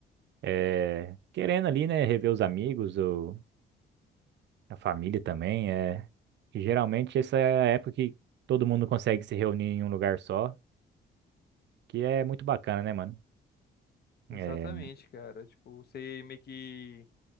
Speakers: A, on the right (about 65°); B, on the left (about 55°).
A: É, querendo ali, né, rever os amigos, ou a família também, é. E geralmente essa é a época que todo mundo consegue se reunir em um lugar só, que é muito bacana, né, mano? É,
B: Exatamente, cara. Tipo, você meio que